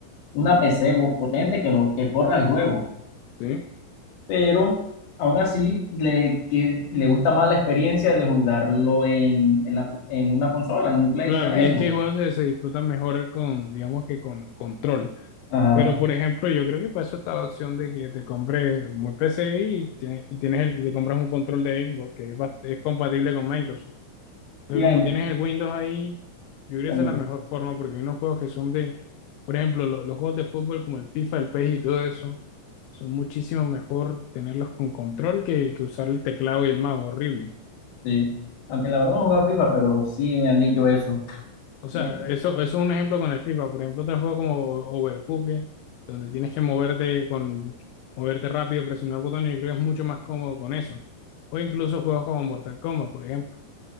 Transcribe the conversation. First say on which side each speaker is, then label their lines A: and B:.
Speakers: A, on the left (about 55°); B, on the left (about 80°).
A: una PC potente que, lo, que corra el juego,
B: Sí.
A: pero aún así le, que, le gusta más la experiencia de jugarlo en, en, la- en una consola, en un Play,
B: Claro,
A: una Xbox.
B: y es que hay juegos que se disfrutan mejor con, digamos que con control.
A: Ajá.
B: Pero, por ejemplo, yo creo que para eso está la opción de que te compres un PC y, tiene- y tienes el, y te compras un control de Xbox que es, bast- es compatible con Microsoft. Entonces,
A: Y hay-
B: como tienes el Windows ahí, yo creo que
A: también-
B: esa es la mejor forma porque hay unos juegos que son de, por ejemplo, lo- los, juegos de fútbol como el FIFA, el PES y todo eso, son muchísimo mejor tenerlos con control que, que usar el teclado y el mouse, horrible.
A: Sí, aunque la verdad no he jugado FIFA, pero sí me han dicho eso.
B: O sea,
A: Y, es
B: eso, eso es un ejemplo con el FIFA. Por ejemplo, otro juego como Overcooked, donde tienes que moverte con, moverte rápido, presionar botones, yo creo que es mucho más cómodo con eso. O incluso juegos como Mortal Kombat, por ejemplo.